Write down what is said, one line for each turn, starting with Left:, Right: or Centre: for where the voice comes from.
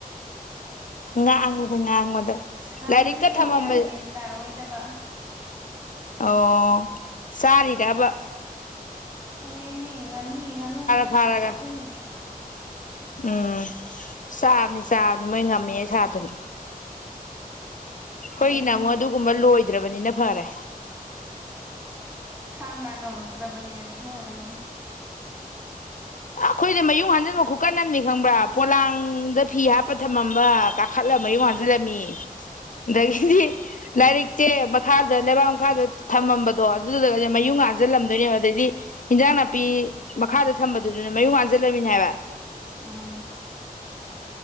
Left: ꯉꯥꯡꯕꯗ ꯉꯥꯡꯕꯗ
Right: ꯉꯥꯅꯨ
Left: ꯂꯥꯏꯔꯤꯛꯀ
Right: ꯌꯦꯟ
Left: ꯊꯝꯃꯝꯕ
Right: ꯒ꯭ꯌꯥꯟ ꯃꯦꯟ ꯇꯥꯔꯑꯣꯏꯗꯕ
Left: ꯑꯣ ꯆꯥꯔꯤꯗꯕ
Right: ꯑꯣꯏꯣꯏꯃꯤ ꯉꯥꯅꯤ ꯉꯥꯅꯨ ꯃꯆꯥ
Left: ꯐꯥꯔꯒ
Right: ꯃꯆꯥ ꯊꯣꯛꯏꯅꯦ
Left: ꯎꯝ ꯆꯥꯕꯅꯤ ꯆꯥꯕꯅꯤ ꯃꯣꯏ ꯉꯝ ꯃꯃꯦ ꯁꯥꯗꯅ ꯑꯩꯈꯣꯏꯅ
Right: ꯑꯗꯩꯗꯤ
Left: ꯑꯃꯨꯣ ꯑꯗꯨꯒꯨꯝꯕ ꯂꯣꯏ ꯗ꯭ꯔꯕꯅꯤꯅ ꯐꯥꯔꯦ
Right: ꯈꯥꯟꯗꯥ ꯀꯕꯛꯇ꯭ꯔꯕꯅꯤꯅ ꯄꯤꯣ ꯑꯣꯏꯔꯦꯗ
Left: ꯑꯩꯈꯣꯏꯅ ꯃꯌꯨꯡ ꯍꯥꯟꯖꯟꯕ ꯈꯨꯀꯟꯝꯅꯤ ꯈꯪꯕ꯭ꯔꯥ ꯄꯣꯂꯥꯡꯗ ꯐꯤ ꯍꯥꯞꯄ ꯊꯝꯃꯝꯕ ꯀꯥꯈꯠꯂ ꯃꯌꯨꯡ ꯍꯥꯟꯖꯜꯂꯝꯃꯤ ꯑꯗꯒꯤꯗꯤ ꯂꯥꯏꯔꯤꯛꯁꯦ ꯃꯈꯥꯗ ꯂꯩꯕꯥꯛ ꯃꯈꯥꯗ ꯊꯝꯃꯝꯕꯗꯣ ꯑꯗꯨꯗꯨꯒ ꯃꯌꯨꯡ ꯍꯥꯟꯖꯜꯂꯝꯗꯣꯏꯅꯦꯕ ꯑꯗꯩꯗꯤ ꯏꯟꯖꯥꯡ ꯅꯥꯄꯤ ꯃꯈꯥꯗ ꯊꯝꯕ ꯑꯗꯨꯗꯨꯅ ꯃꯌꯨꯝ ꯉꯥꯟꯁꯤꯜꯂꯃꯤꯅꯦ ꯍꯥꯏꯕ
Right: ꯎꯝ